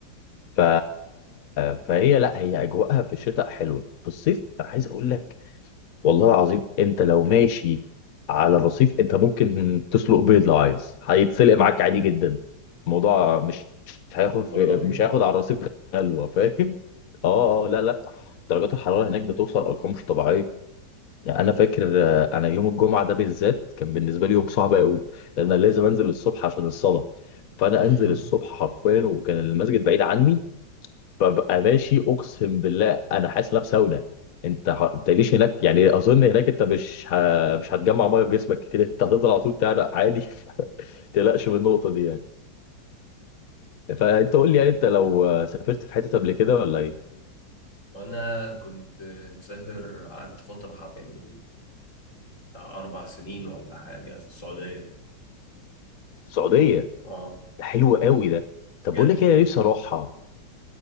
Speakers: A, on the left; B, on the left.
A: ف... فهي لا هي اجواءها في الشتاء حلوه في الصيف انا عايز اقول لك والله العظيم انت لو ماشي على الرصيف انت ممكن تسلق بيض لو عايز هيتسلق معاك عادي جدا الموضوع
B: <laughs>
A: مش مش هياخد
B: الدرجة
A: في
B: دي
A: مش هياخد على الرصيف غلوه فاهم
B: مم.
A: اه اه لا لا درجات الحراره هناك بتوصل ارقام مش طبيعيه يعني انا فاكر آه، انا يوم الجمعه ده بالذات كان بالنسبه لي يوم صعب قوي لان انا لازم انزل الصبح عشان الصلاه فانا
B: <laughs>
A: انزل الصبح حرفيا وكان المسجد بعيد عني ببقى ماشي اقسم بالله انا حاسس ان أنا في ساونا انت ح... انت ليش هناك يعني اظن هناك انت مش ه... مش هتجمع ميه في جسمك كتير انت هتفضل على طول تعرق عادي <laughs> ما تقلقش من النقطه دي يعني فانت قول لي يعني انت لو سافرت في حته قبل كده ولا ايه
B: وانا كنت مسافر قعدت فترة حب يعني بتاع أربع سنين ولا حاجة في السعودية
A: السعوديه
B: اه
A: ده حلو قوي ده
B: في
A: طب
B: جدة
A: بقول لك إيه، انا نفسي اروحها